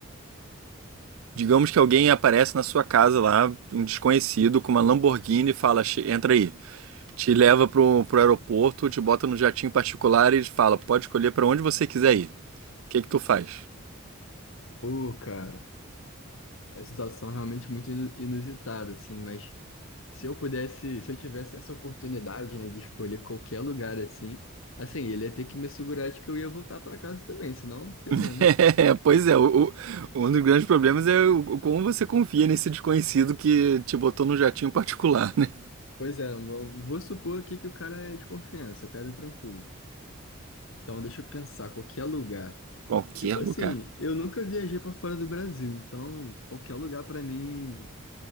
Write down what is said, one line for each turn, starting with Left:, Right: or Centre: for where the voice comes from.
Right: digamos que alguém aparece na sua casa lá, um desconhecido com uma Lamborghini e fala, "Che- entra aí. te leva pro, pro aeroporto, te bota no jatinho particular e fala, pode escolher para onde você quiser ir. O que que tu faz?
Left: Pô, cara, a situação é realmente muito inu- inusitada, assim, mas se eu pudesse, se eu tivesse essa oportunidade, né, de escolher qualquer lugar assim, assim, ele ia ter que me assegurar de que eu ia voltar pra casa também, senão ferrou,
Right: <laughs>
Left: né?
Right: É, pois é, o- o- um dos grandes problemas é o, o como você confia nesse desconhecido que te botou no jatinho particular, né?
Left: Pois é, eu vou supor aqui que o cara é de confiança, o cara é tranquilo. Então, deixa eu pensar, qualquer lugar.
Right: Qualquer
Left: Tipo assim,
Right: lugar.
Left: eu nunca viajei pra fora do Brasil, então qualquer lugar pra mim